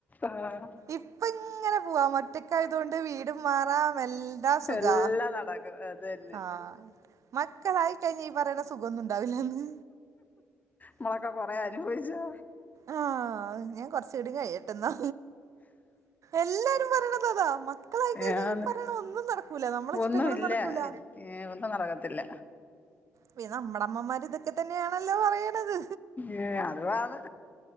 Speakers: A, on the left; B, on the right.
A: ആഹ്
B: ഇപ്പൊങ്ങനെ പോവാ ഒറ്റക്കായതുകൊണ്ട് വീടും മാറാമൽ ന്താ സുഖാ
A: എല്ലാം നടക്കും അത് തന്നെ
B: ആ മക്കളായി കഴിഞ്ഞ ഈ പറേണ സുഖൊന്നുണ്ടാവില്ലാന്ന്
A: മ്മളൊക്കെ കൊറേ അനുഭവിച്ചോ
B: ആ ഞാൻ കൊറച്ചുടെ കഴിയട്ടെന്നാ എല്ലാരും പറയണത് അതാ ക്കളായി കഴിഞ്ഞ
A: ഏന്ന്
B: ഈ പറയണ ഒന്നും നടക്കൂല. നമ്മള ഇഷ്ടങ്ങളും
A: ഒന്നുമില്ല
B: നടക്കൂല.
A: ഏ ഒന്നും നടകത്തില്ല.
B: പി നമ്മുടെ അമ്മമാർ ഇതൊക്കെ തന്നെയാണല്ലോ പറയണത്.
A: ഹേ അത് വാണ്